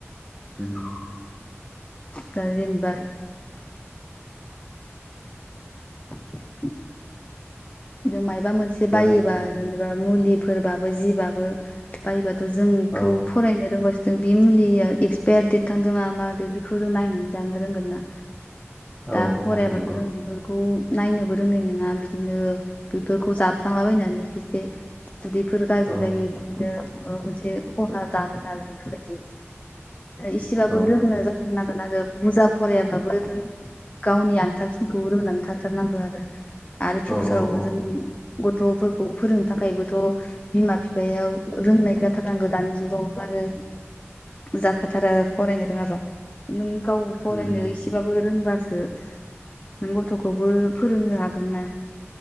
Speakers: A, in the centre; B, on the left (about 30°).
A: ओम।
B: दा जेनेबा <unintelligible> <inaudible> मायबा मोनसे
A: दे
B: बायोबा
A: बुं
B: जेनेबा मुलिफोरबाबो जिबाबो बायोबा जों बेखौ
A: औ
B: फरायनो रोंगा जों बे मुलिया एक्सपायार दडेट थांदों मादोंं बेखौ जों नायनानै जानो रोंगोन ना
A: औ
B: दा फरायाबाथ'
A: नंगौ
B: जों बेफोरखौ नायनोबो रोंनाय नङा बिदिनो बेफोरखौ जाफ्लालाबायनानै खायसे उदैफोर गाज्रि
A: औ
B: जायो बिदिनो मोनसे खहा जागोन आरो बेफोर बायदि इसेबाबो
A: औ
B: रोंनो जाथारनांगोन आरो बुरजा फरायाबाबो नों गावनि आन्थाखिनिखौ रोंनानै थाथारनांगौ आरो आरो पिसाराव
A: औ औ औ
B: गथ'फोरखौ फोरोंनो थाखायबोथ' बिमा बिफायाव रोंनाय जाथार नांगो दानि जुगाव आरो जाखाथारा फरायनो रोङाबा नों गाव फरायनो
A: उम
B: इसेबाबो रोंबासो नों गथ'खौबो फोरोंनो हागोन ना